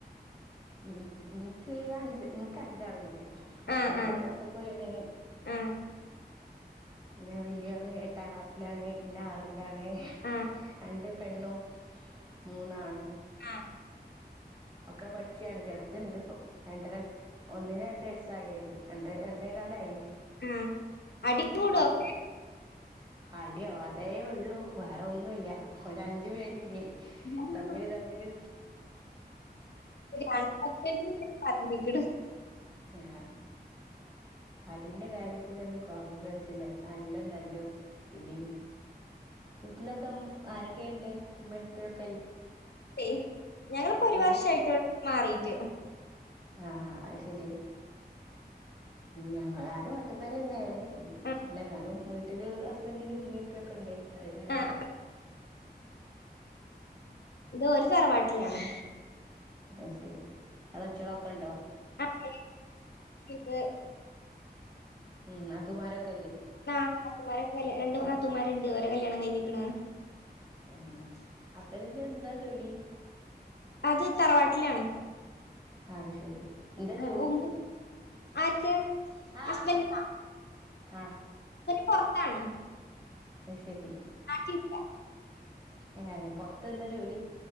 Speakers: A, on the right; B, on the left.
A: ഉം എനിക്ക് അഞ്ച് എനിക്ക് അഞ്ചാളുണ്ട് ഹസ്ബൻഡ്
B: ആ ആ
A: ഇപ്പോ പൊറത്തേക്ക് പോയിണ്
B: ആ
A: പിന്നെ വല്യയ ആള് എട്ടാം ക്ലാസ്സിലാണ് പിന്നെ ആറിലാണ്
B: ആ
A: രണ്ട് പെണ്ണും മൂന്നാണും
B: ആഹ
A: ഒക്കെ പഠിച്ചാണ് ചെറുതുണ്ട് ഇപ്പൊ രണ്ടര ഒന്നിന് രണ്ട് വയസ്സ് ആയണ്ട് രണ്ട് രണ്ടര കാലായിന്
B: ആഹ് അടി കൂടൊക്കെ
A: ബാക്കി അടിയോ അതേ ഉള്ളൂ വേറെ ഒന്നുമില്ല ഓര് അഞ്ചു പേരില്ലേ
B: ഒക്കെ
A: തമ്മില് തമ്മില്
B: പറഞ്ഞ <unintelligible> ഇട്
A: ആഹ്
B: <inaudible>
A: അടിന്റെ കാര്യത്തിത്തിലൊന്നും കോപ്രമൈസ് ഇല്ല നല്ല തല്ലും പിടിയും വീട്ടിലത്തെ ആരൊക്കെയുണ്ട് ഉമ്മയും ഉപ്പയൊക്കെ
B: തെ ഞങ്ങളിപ്പോ ഒരു
A: ഏ
B: വർഷയിട്ടോ മാറിട്ട്
A: ആഹ് അത് ശരി
B: <inaudible>
A: ഞങ്ങളാലും ഒറ്റപ്പേര് തന്നെയാണ്
B: ആഹ്
A: അല്ല എന്നാലും വീട്ടിൽ ഹസ്ബൻൻ്റിൻ്റെ ഉമ്മിയും ഉപ്പയും ഒക്കെ ഉണ്ട് അത്
B: ആഹ് ഇത് ഓര തറവാട്ടിലാണ്
A: അത്ശരി അളച്ചളൊക്കെ ഉണ്ടോ
B: ആ <unintelligible>
A: ഉം നാത്തുൻന്മാരെക്കെ
B: ആ നാത്തുമാരൊക്കെല് രണ്ട് നാത്തുൻന്മാരുണ്ട് ഓരെ കല്യാണം കഴിഞ്ഞിക്കണ്
A: ഉം ഹസ്ബൻൻ്റിൻ്റെ എന്താ ജോലി
B: ത് തറവാട്ടിലാണ്
A: ആത് ശരി എന്താ
B: ആ,
A: ജോലി
B: ഉമ്മ ആർക്ക്
A: ആഹ്
B: ഹസ്ബൻഡിനാ
A: ആ
B: പുറത്താണ്
A: അത് ശരി
B: <unintelligible> ല്ലാ
A: ഏഹ് പൊറത്ത് എന്താ ജോലി